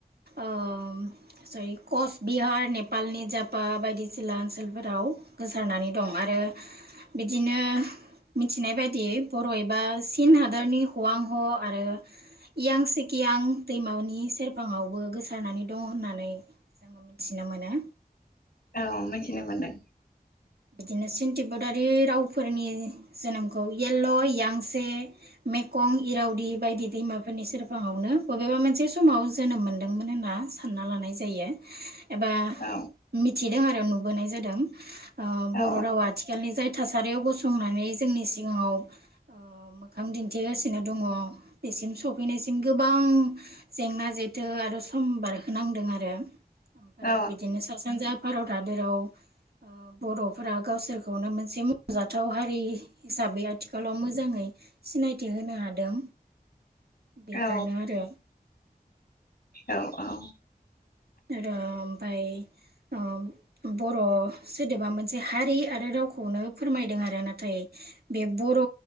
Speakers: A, on the right; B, on the left.
A: ओम जयै कचबिहार नेपालनि जाफ अ बायदिजिला ओनसोलफोराव गोसारनानै दं आरो बिदिनो मिथिनाय बायदियै बर' एबा चीन हादोरनि हवांह' आरो इयांसिकियां दैमानि सेरफाङावबो गोसारनानै दं होननानै जोङो मिथिनो मोनो।
B: औ मिथिनो मोनदों।
A: बिदिनो सिन तिब्बतारि रावफोरनि जोनोमखौ एल्ल', एयांसे, मेखं, इरावदि बायदि दैमाफोरनि सेरफाङावनो बबेबा मोनसे समाव जोनोम मोनदोंमोन होनना सानना लानाय जायो। एबा
B: औ
A: मि थिदों आरो नुबोनाय जादों। ओ
B: औ
A: बर' रावा आथिखालनि जाय थासा सारियाव गसंनानै जोंनि सिगाङाव ओ मोखां दिन्थिगासिनो दङ' बेसिम सफैनायसिम गोबां जेंना जेथो आरो सम बारहोनांदों आरो ओमफ्राय
B: औ
A: बिदिनो सा सानजा भारत हाद जेराव बर'फोरा गावसोरखौनो मोनसे मावख'जाथाव हारि हिसाबै आथिखालाव मोजाङै सिनायथि होनो हादों। बेफोरनो
B: औ
A: आरो।
B: औ औ
A: र ओमफाय ओ बर' सोदोबा मोनसे हारि आरो रावखौ खौनो फोरमायदों आरो ना। थाय बे बर'